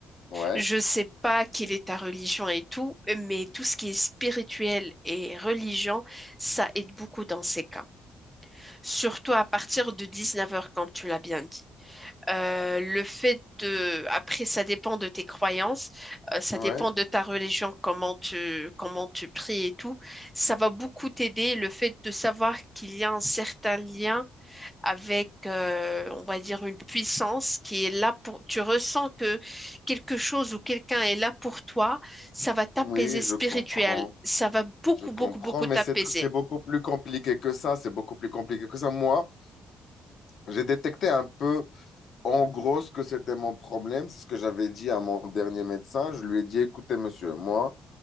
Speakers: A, on the left; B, in the centre.
A: Ouais,
B: Je sais pas quelle est ta religion et tout, mais tout ce qui est spirituel et religion, ça aide beaucoup dans ces cas. Surtout à partir de 19 heures comme tu l'as bien dit. Euh, le fait de, après, ça dépend de tes croyances, euh, ça
A: ouais.
B: dépend de ta religion, comment tu, comment tu pries et tout. Ça va beaucoup t'aider le fait de savoir qu'il y a un certain lien avec, euh, on va dire, une puissance qui est là pour, tu ressens que quelque chose ou quelqu'un est là pour toi, ça va t'apaiser
A: Oui,
B: spirituel,
A: je comprends.
B: ça va beaucoup,
A: Je comprends,
B: beaucoup, beaucoup
A: mais
B: t'apaiser.
A: c'est tr- c'est beaucoup plus compliqué que ça. C'est beaucoup plus compliqué que ça. Moi, j'ai détecté un peu, en gros, ce que c'était mon problème. C'est ce que j'avais dit à mon dernier médecin. Je lui ai dit, écoutez, monsieur, moi,